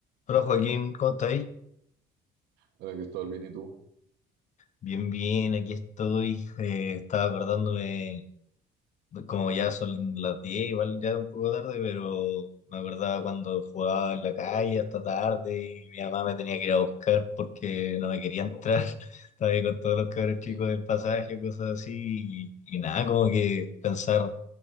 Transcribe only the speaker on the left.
Hola Joaquín, ¿cómo estáis?
Bien, bien, aquí estoy. Eh, estaba acordándome, de- como ya son las 10, igual ya un poco tarde, pero me acordaba cuando jugaba en la calle hasta tarde y mi mamá me tenía que ir a buscar porque no me quería entrar. <laughs> Estaba ahí con todos los cabros chicos
del pasaje, cosas así, y, y nada, como que pensar